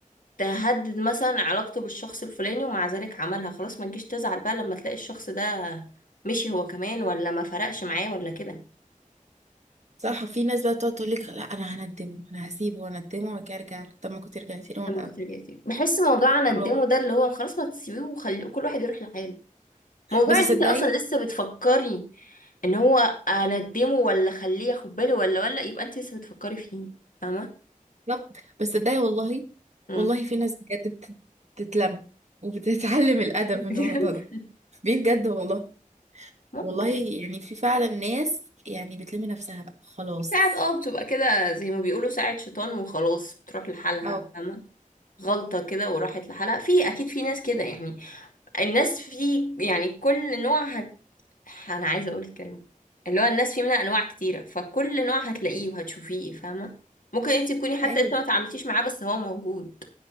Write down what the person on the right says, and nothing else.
صح وفي ناس بقى بتقعد تقول لك لا انا هندمه انا هسيبه واندمه وبعد كده ارجع له. طب ما كنت رجعتي له من
الاول
أهو
بس
صدقي
بالظبط بس صدقي والله
والله في ناس بجد بت- بتتلم وبتتعلم الادب
من الموضوع ده بيه بجد والله
والله يعني في فعلا ناس يعني بتلم نفسها بقى خلاص
او
ايوه